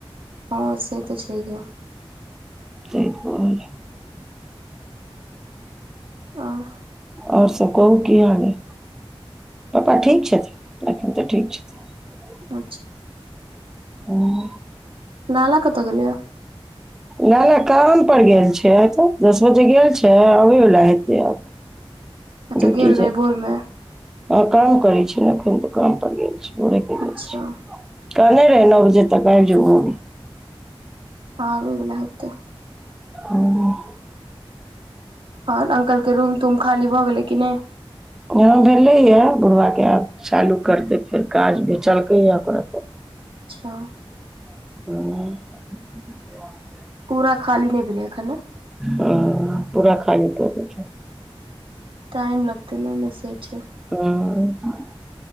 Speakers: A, on the right; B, in the centre.
A: हँ से तऽ छैहे।
B: तैं तऽ भ गेलै।
A: आं।
B: अओर सब कहू कि हाल अय। पप्पा ठीक छथिन? अखन तऽ ठीक छथिन।
A: अच्छा
B: ओं
A: लाला कतऽ गेलै यऽ?
B: नाला काम पर गैल छै तऽ, दस बजे गेल छै अबै वला हेतै आब।
A: अच्छा
B: ड्यूटी
A: गेल रहै
B: जे
A: भोर मे।
B: हँ काम करै छै ने एखन तऽ, काम पर गेल छय भोरे गेल
A: अच्छा
B: अइछ। कहने रहै नौ बजे तक आबि जेबौ।
A: आबै बला हेतै।
B: <unintelligible>
A: अओर अंकल के रूम-तूम खाली भऽ गेलै कि नहि?
B: हँ भेलै यें बुढ़वा के आब, चालू करतें फेर काज, बेचलकै यें ओकरा सऽ
A: अच्छा।
B: हँ।
A: पूरा खाली नहि भेलै यें एखन ने।
B: हँ पूरा खाली कऽ देतै।
A: टाइम लगतै ने ओयमे से छय।
B: हँ